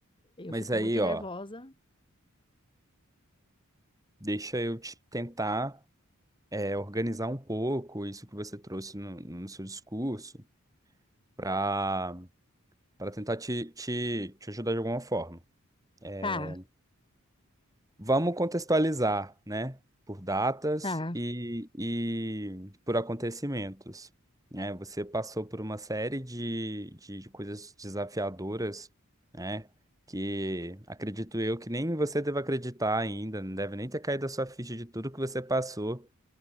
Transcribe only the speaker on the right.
Mas
aí,
ó, deixa eu te tentar é, organizar um pouco isso que você trouxe no, no seu discurso para para tentar te, te, te ajudar de alguma forma. É,
Vamos contextualizar, né? Por datas
e, e por acontecimentos. né? Você passou por uma série de, de, de coisas desafiadoras, né? Que acredito eu que nem você deve acreditar ainda, não deve nem ter caído a sua ficha de tudo que você passou